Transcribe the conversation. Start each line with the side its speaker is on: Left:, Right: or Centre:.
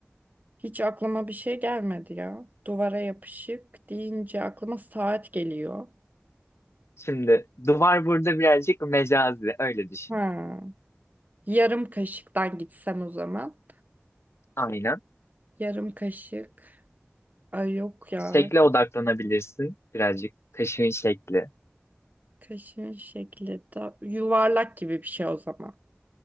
Right: Hiç aklıma bir şey gelmedi ya. Duvara yapışık deyince aklıma saat geliyor.
Left: Şimdi duvar burada birazcık mecazi öyle düşün.
Right: Ha, yarım kaşıktan gitsem o zaman.
Left: Aynen.
Right: Yarım kaşık. Ay yok ya.
Left: Şekle odaklanabilirsin birazcık kaşığın şekli.
Right: Kaşığın şekli de yuvarlak gibi bir şey o zaman.